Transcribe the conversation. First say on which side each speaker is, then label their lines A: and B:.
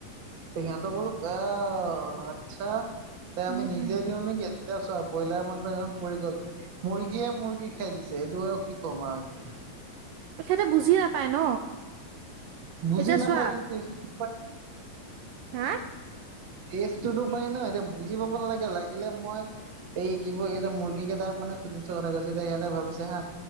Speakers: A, on the right; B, on the right.
A: সিহঁত কৰো এ আচ্ছা তে
B: উম
A: আমি নিজে দিওঁ নেকি। এতিয়া চোৱা ব্ৰইলাৰ মাংস সিদিনাখন পৰি গ'ল মুৰ্গীয়ে মুৰ্গী খাই দিছে সেইটো আৰু কি ক'ম আৰু এতিয়া।
B: তেখেতে বুজি নাপায় ন।
A: বুজি
B: এতিয়া
A: নাপায়
B: চোৱা
A: কিন্ত প
B: হা?
A: টেষ্ট টোতো পাই ন এতিয়া বুজি পাব নালাগে লাগিলে মই এই কি এতিয়া মুৰ্গী কেইটা মানে ফিলিংছৰ কথা কৈছো দেই এতিয়া সিহতে ভাবিছে হা